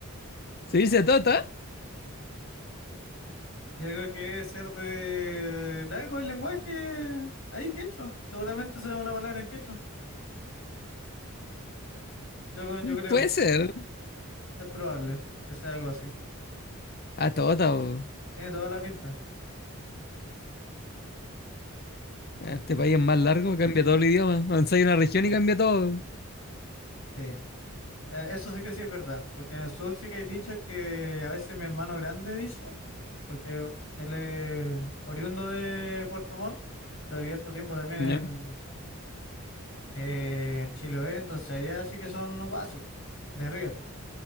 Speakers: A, on the left; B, on the left.
A: ¿Subirse a Tota?
B: Yo creo que debe ser de, de algo del lenguaje ahí quechua. Seguramente sea una palabra en quechua. Yo, yo
A: Mm,
B: creo.
A: Puede ser.
B: Es probable que sea algo así.
A: A Tota, po.
B: Tiene toda la pinta.
A: Este país es más largo, cambia todo el idioma. Avanza una región y cambia todo.
B: Sí. Eh, Eso sí que sí es verdad. Porque en el sur sí que hay dicho que a veces mi hermano grande dice. porque él es oriundo de Puerto Montt, pero vivió harto tiempo también
A: Ya.
B: en, eh, en Chiloé, entonces allá sí que son guasos de River,